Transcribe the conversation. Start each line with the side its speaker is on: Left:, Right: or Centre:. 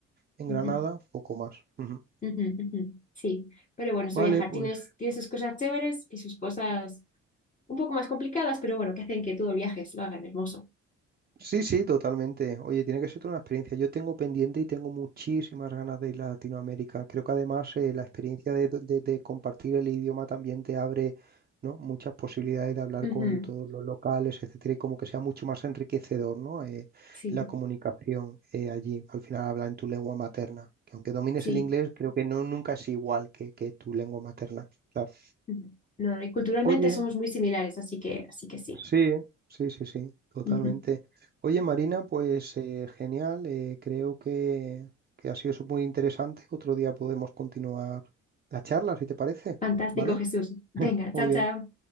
Right: en
Left: ujú,
Right: Granada, poco más. Ujú.
Left: ujú, ujú. Sí, pero bueno, eso
Right: Vale,
Left: viajar.
Right: pues.
Left: Tienes, tiene sus cosas chéveres y sus cosas un poco más complicadas, pero bueno, que hacen que todo el viaje se lo hagan hermoso.
Right: Sí, sí, totalmente. Oye, tiene que ser toda una experiencia. Yo tengo pendiente y tengo muchísimas ganas de ir a Latinoamérica. Creo que además eh, la experiencia de, de- de compartir el idioma también te abre, ¿no? muchas posibilidades de hablar
Left: Ujú,
Right: con
Left: ujú,
Right: todos los locales, etcétera, y como que sea mucho más enriquecedor, ¿no? Eh,
Left: Sí,
Right: la comunicación eh, allí. Al final habla en tu lengua materna, que aunque domines
Left: sí.
Right: el inglés, creo que no, nunca es igual que, que tu lengua materna. Claro.
Left: ujú. No, y culturalmente
Right: Oye.
Left: somos muy similares, así que, así que sí.
Right: Sí, sí, sí, sí, totalmente.
Left: Ujú.
Right: Oye, Marina, pues eh, genial, eh, creo que, que ha sido eso muy interesante. Otro día podemos continuar la charla, si te parece,
Left: Fantástico,
Right: ¿vale?
Left: Jesús. Venga, chao,
Right: Muy
Left: chao.
Right: bien.